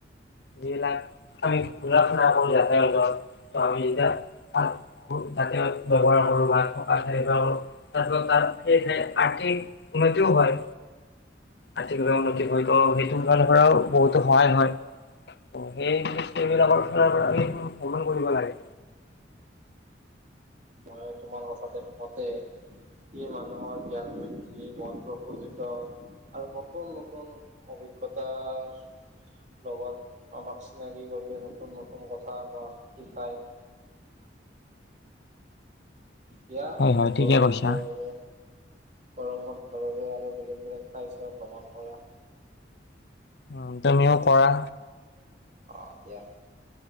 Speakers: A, on the left; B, on the right.
A: যিবিলাক আমি ঘুৰা ফুৰা কৰো যাতায়ৰ ঘৰত ত আমি যেতিয়া জাতত ব্য্ৱহাৰ কৰো বা থকা ঠাই ব্যৱহাৰ কৰো তাৰপিছত তাত সয়েহ আৰ্থিক উন্নতিও হয় আৰ্থিকভাৱে উন্নতি হয় ত সেইটোৰ ফালৰ পৰাও বহুতো সহায় হয় ত সেইেইবিলাকৰ ফালৰ পৰামি ভ্ৰমণ কৰিব লাগে
B: মই তোমাৰ কথাতেমতে ই মানুহৰ জ্ঞান বৃদ্ধি মন প্ৰফুললিত আৰু নতুন নতুন অভিজ্ঞতাৰ লগত আমাক চিনাকি কৰিব নতুন নতুন কথা আমাক শিকায় বিিয়া
A: হয়
B: তুমি
A: হয়
B: গৰম
A: ঠিকে কৈছা
B: বন্ধৰ বাবে গৰম বন্ দৰবৰে আৰু বেলেগ বোৰে খাইছোৱা ভ্ৰমণ কৰা
A: উ তুমিও কৰা
B: অঁ দিয়া